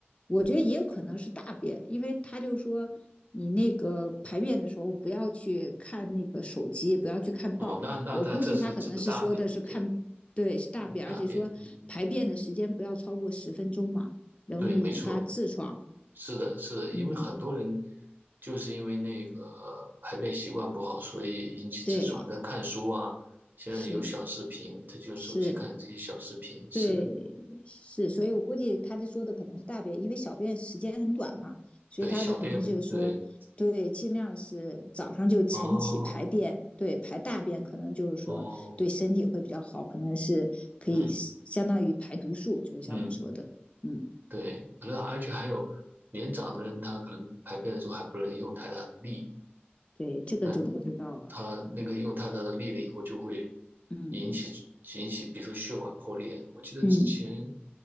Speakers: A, on the left (about 30°); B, on the right (about 55°).
A: 我觉得也有可能是大便，因为他就说你那个排便的时候不要去看那个手机，不要去看报。
B: 哦，那那那这是指的大便，
A: 我估计他可能是说的是看，
B: 对，
A: 对，是大便，
B: 大便，
A: 而且说排便的时间不要超过十分钟嘛，
B: 嗯，
A: 容易引发痔疮。
B: 对，没错。是的，是的，
A: 嗯，
B: 因为很多人就是因为那个排便习惯不好，所以引起痔疮。
A: 对，
B: 他看书啊，现在也有小视频，
A: 是
B: 他就用手机看这些小视频。
A: 是，对，
B: 是的，
A: 是，所以我估计他这说的可能是大便，因为小便时间很短嘛，所以他的可能就是说，
B: 对，小便，对，
A: 对，尽量是早上就晨起排便，
B: 哦，
A: 对，排大便可能就是说对身体会比较好，
B: 哦，
A: 可能是可以相当于排毒素，
B: 嗯
A: 就是像我们说的，
B: 嗯，
A: 嗯，
B: 对，可能而且还有年长的人，他可能排便的时候还不能用太大的力，
A: 对，这个就不知道了，
B: 嗯，他那个用太大的力了以后就会
A: 嗯
B: 引起引起，比如说血管破裂。我记得之前
A: 嗯